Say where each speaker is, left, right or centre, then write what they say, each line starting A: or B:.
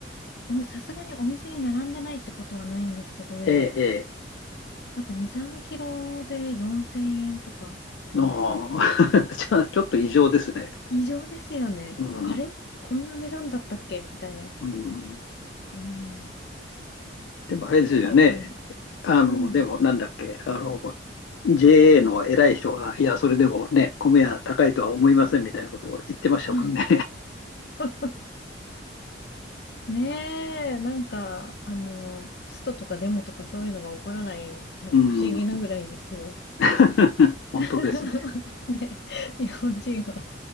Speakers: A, on the left; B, on the left.
A: おみさすがにお店に並んでないってことはないんですけど、
B: ええ、ええ、
A: なんか2、3キロで4000円とかするんですよね。
B: も <laughs> ちょちょっと異常ですね。
A: 異常ですよね。
B: うん、
A: あれこんな値段だったっけみたいな。
B: うん。
A: うん。
B: でも、あれですよね。
A: それこそ、あの、
B: あの、
A: うん。
B: でも、なんだっけ、あの、JA の偉い人が、いや、それでもね、米は高いとは思いませんみたいなことを言ってましたもんね。
A: あ <laughs> ねえ、なんか、あの、ストとかデモとかそういうのが起こらないのが不思議なぐらいですよ。
B: <laughs> うん。<laughs> 本当ですね。
A: <laughs> ね、日本人は